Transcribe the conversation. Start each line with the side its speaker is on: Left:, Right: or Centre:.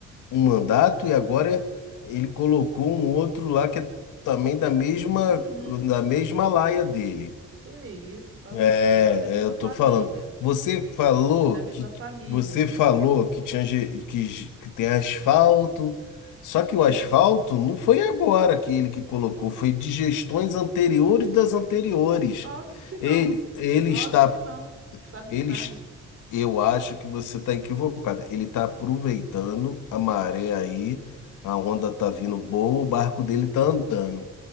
Left: um mandato e agora ele colocou um outro lá que é também da mesma,
Right: Uhum.
Left: da mesma laia dele.
Right: Que isso, fala
Left: É,
Right: assim, não, é da mesma
Left: é, eu
Right: família.
Left: tô falando. Você falou
Right: É da mesma
Left: que
Right: família.
Left: você falou que tinha ge- que, ge- que tem asfalto, só que
Right: É
Left: o
Right: Isso.
Left: asfalto não foi agora que ele que colocou, foi de gestões anteriores das anteriores.
Right: E óbvio que não.
Left: Ele, ele
Right: Óbvio
Left: está,
Right: que não. Sabe
Left: ele,
Right: de nada.
Left: eu acho que você está equivocada. Ele está aproveitando a maré aí, a onda está vindo boa, o barco dele está andando.